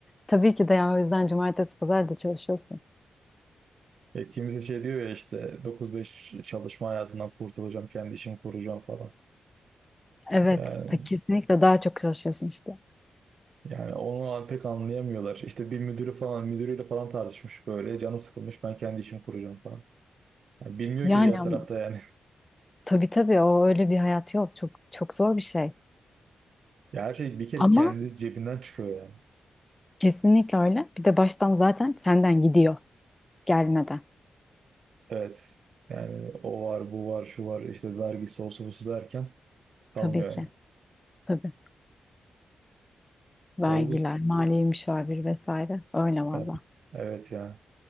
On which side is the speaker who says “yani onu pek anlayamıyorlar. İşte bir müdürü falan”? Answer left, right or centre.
Right